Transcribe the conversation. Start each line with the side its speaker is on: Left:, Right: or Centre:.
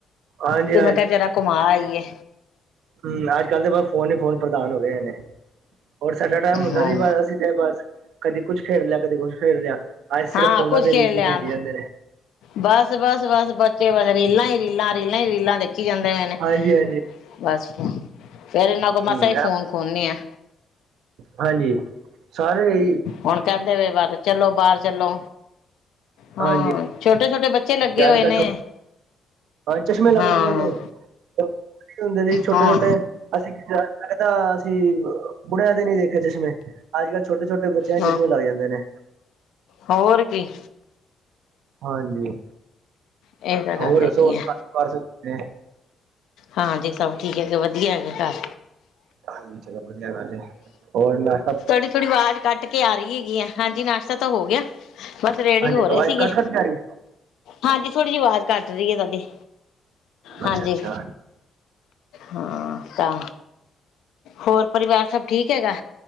Right: ਹਾਂਜੀ
Left: ਤੇ ਮੈਂ ਕਿਹਾ ਜਰਾ ਘੁਮਾ ਆਈਏ।
Right: ਹਮ ਅੱਜ ਕੱਲ੍ਹ ਤਾਂ ਬਸ ਫੋਨ ਹੀ ਫੋਨ ਪ੍ਰਧਾਨ ਹੋ ਗਏ ਨੇ। ਹੋਰ ਸਾਡਾ ਟਾਈਮ ਹੁੰਦਾ
Left: ਹਾਂ
Right: ਸੀ ਬਸ ਅਸੀਂ ਤੇ ਬਸ ਕਦੇ ਕੁੱਛ ਖੇਡ ਲਿਆ। ਕਦੇ ਕੁਛ ਖੇਡ ਲਿਆ। ਅੱਜ
Left: ਹਾਂ
Right: ਸਿਰਫ ਫੋਨਾਂ
Left: ਕੁੱਝ
Right: ਦੇ
Left: ਖੇਡ
Right: ਵਿੱਚ
Left: ਲਿਆ
Right: ਹੀ ਖੇਡੀ ਜਾਂਦੇ ਨੇ।
Left: ਬਸ ਬਸ ਬਸ ਬੱਚੇ ਬਸ ਰੀਲਾਂ ਹੀ ਰੀਲਾਂ ਰੀਲਾਂ ਹੀ ਰੀਲਾਂ ਦੇਖ ਦੇਖੀ ਜਾਂਦੇ ਪਏ ਨੇ।
Right: ਹਾਂਜੀ ਹਾਂਜੀ,
Left: ਬਸ ਫੇਰ ਇਹਨਾਂ ਕੋਲੋਂ
Right: ਹੂੰ
Left: ਮਸਾ ਹੀ ਫੋਨ ਖੋਨੇ ਆਂ।
Right: ਹਾਂਜੀ ਸਾਰੇ ਇਹੀ
Left: ਹੁਣ ਕਹਿੰਦੇ ਨੇ ਬਸ। ਚਲੋ ਬਾਹਰ ਚਲੋ ਹਾਂ।
Right: ਹਾਂਜੀ
Left: ਛੋਟੇ ਛੋਟੇ ਬੱਚੇ ਲੱਗੇ ਹੋਏ
Right: ਅੱਜ ਕੱਲ੍ਹ
Left: ਨੇ।
Right: ਛੋ ਹਾਂ, ਚਸ਼ਮੇ ਲੱਗ
Left: ਹਾਂ
Right: ਜਾਂਦੇ ਨੇ ਇਹੀ ਹੁੰਦੇ ਨੇ ਛੋਟੇ
Left: ਹਾਂ
Right: ਛੋਟੇ ਅਸੀਂ ਲਗਦਾ ਅਸੀਂ ਕੁ ਬੁੜੇਆ ਦੇ ਨੀ ਦੇਖੇ ਚਸ਼ਮੇ ਅੱਜ ਕੱਲ੍ਹ ਛੋਟੇ ਛੋਟੇ ਬੱਚੇ ਬੱਚਿਆਂ ਨੂੰ
Left: ਹਾਂ
Right: ਚਸ਼ੇ ਚਸ਼ਮੇ ਲੱਗ ਜਾਂਦੇ ਨੇ।
Left: ਹੋਰ ਕੀ
Right: ਹਾਂਜੀ।
Left: ਇਹ ਤਾਂ ਗੱਲ
Right: ਹੋਰ
Left: ਹੈਗੀ
Right: ਦੱਸੋ
Left: ਆ
Right: ਕੰਮ ਕਾਰ ਸਭ ਕਿਵੇਂ
Left: ਹਾਂਜੀ ਸਭ ਠੀਕ ਹੈ ਜੀ ਵਧੀਆ ਹੈਗੇ ਘਰ।
Right: ਹਾਂਜੀ ਚਲੋ ਵਧੀਆ ਗੱਲ ਹੈ ਹੋਰ ਨਾ
Left: ਥੋੜ੍ਹੀ ਥੋੜ੍ਹੀ ਆਵਾਜ਼ ਕੱਟ ਕੇ ਆ ਰਹੀ ਹੈਗੀ ਆ। ਹਾਂਜੀ ਨਾਸ਼ਤਾ ਤਾਂ ਹੋ ਗਿਆ। ਬਸ ਰੇਡੀ
Right: ਹਾਂਜੀ
Left: ਹੋ
Right: ਆਵਾਜ਼
Left: ਰਹੇ ਸੀਗੇ।
Right: ਕੱਟ ਕੱਟ ਕੇ ਆ ਰਹੀ
Left: ਹਾਂਜੀ ਥੋੜ੍ਹੀ ਜਿਹੀ ਆਵਾਜ਼ ਕੱਟ ਰਹੀ ਹੈ ਤੁਹਾਡੀ। ਹਾਂਜੀ
Right: ਅੱਛਾ ਅੱਛਾ।
Left: ਹਾਂ ਤਾਂ ਹੋਰ ਪਰਿਵਾਰ ਸਭ ਠੀਕ ਹੈਗਾ?